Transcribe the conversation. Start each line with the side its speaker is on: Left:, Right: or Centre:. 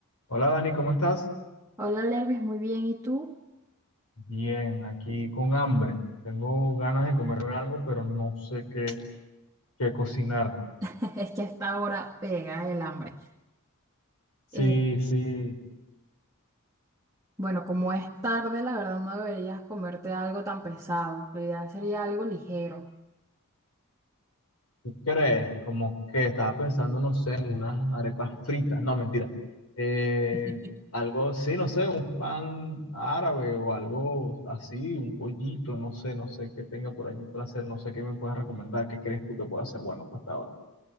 Left: Hola Dani, ¿cómo estás?
Right: Hola Lervis, muy bien. ¿Y tú?
Left: Bien, aquí con hambre. Tengo ganas de comer algo, pero no sé qué, qué cocinar.
Right: <laughs> Es que hasta ahora pega el hambre.
Left: Sí,
Right: Eh,
Left: sí,
Right: bueno, como es tarde, la verdad no deberías comerte algo tan pesado. Lo ideal sería algo ligero.
Left: ¿qué crees? Como que estaba pensando, no sé, en unas arepas fritas. No, mentira. Eh,
Right: <laughs>
Left: algo, sí, no sé, un pan árabe o algo así, un pollito, no sé, no sé qué tenga por allí para hacer, no sé qué me puedes recomendar, qué crees tú que pueda hacer bueno para esta hora.